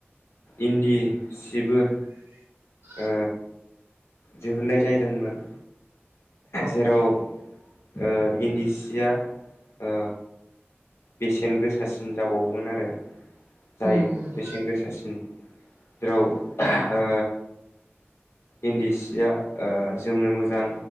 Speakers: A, on the left; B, on the right.
A: इन्दि सिबो
B: <inaudible>
A: ओ दिहुननाय जाहै जादोंमोन
B: औ
A: जेराव ओ इन्दिसिया ओ बेसेन गोसासिन जाबावोमोन आरो जायो
B: उम उम
A: बेसेन गोसासिन जेराव ओ इन्दि सिया ओ जोमनो मोजां